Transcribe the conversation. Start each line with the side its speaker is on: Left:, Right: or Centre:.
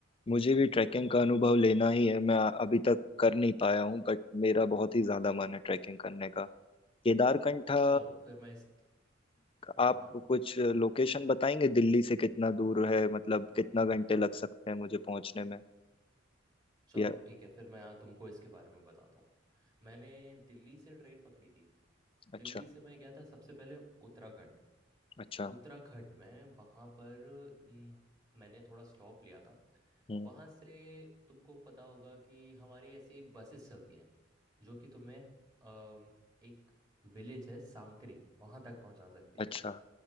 Left: मुझे भी ट्रैकिंग का अनुभव लेना ही है मैं अभी तक कर नहीं पाया हूँ बट मेरा बहुत ही ज्यादा मन है ट्रैकिंग करने का केदारकंठा
Right: चलो फिर मैं इस हम्म
Left: आप
Right: हम्म,
Left: कुछ लोकेशन बताएंगे दिल्ली से कितना दूर है मतलब कितना घंटे लग सकते हैं मुझे पहुंचने में
Right: चलो
Left: या
Right: ठीक है फिर मैं आ, तुमको इसके बारे में बताता हूँ मैंने दिल्ली से ट्रेन पकड़ी थी
Left: अच्छा
Right: दिल्ली से मैं गया था सबसे पहले उत्तराखंड
Left: अच्छा
Right: उत्तराखंड में वहाँ पर न, मैंने थोड़ा स्लॉप लिया था
Left: हम्म
Right: वहाँ से तुमको पता होगा कि हमारी ऐसी बसेस चलती हैं जो कि तुम्हें अम, एक विलेज है सांकरी वहाँ तक पहुँचा सकती है
Left: अच्छा